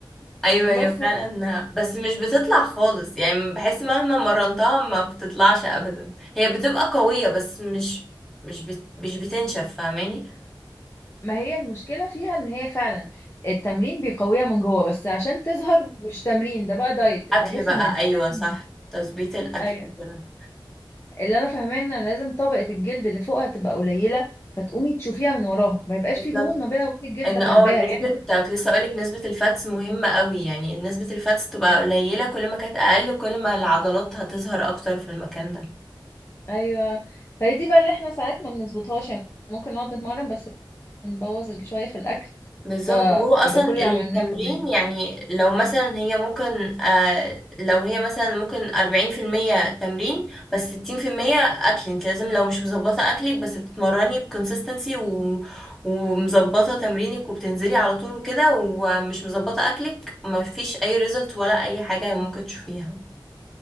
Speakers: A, in the centre; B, on the left (about 30°).
A: ايوه
B: بس
A: هي فعلا بس مش بتطلع خالص يعني بحس مهما مرنتها ما بتطلعش ابدا هي بتبقى قوية بس مش مش بت... مش بتنشف فاهماني
B: ما هي المشكله فيها ان هي فعلا التمرين بيقويها من جوه بس عشان تظهر مش تمرين ده بقى دايت
A: اكل
B: بحيث
A: بقى
B: ان
A: ايوه
B: لازم
A: صح تظبيط الاكل
B: ايوه
A: كده
B: اللي انا فاهماه ان لازم طبقه الجلد اللي فوقها تبقى قليله فتقومي تشوفيها من وراها ما يبقاش
A: بالظبط
B: في دهون ما بينها وبين الجلد
A: ان
B: حجباها
A: اه نسبة
B: يعني
A: كنت لسه اقولك نسبة الفاتس مهمة قوي يعني نسبة الفاتس تبقى قليلة كل ما كانت اقل كل ما العضلات هتظهر اكتر في المكان ده
B: ايوه فهي دي بقى اللي احنا ساعات ما بنظبطهاش يعني ممكن نقعد نتمرن بس نبوظ ال- شويه في الاكل
A: بالظبط
B: فيبقى
A: هو اصلا
B: كل
A: التمرين
B: اللي عملناه في البيت
A: يعني لو مثلا هي ممكن آه لو هي مثلا ممكن أربعين في المية تمرين بس ستين في المية أكل انت لازم لو مش مظبطة أكلك بس بتتمرني بكونسستنسي و... ومظبطة تمرينك وبتنزلي على طول وكده ومش مظبطة أكلك مفيش أي ريزلت ولا أي حاجة ممكن تشوفيها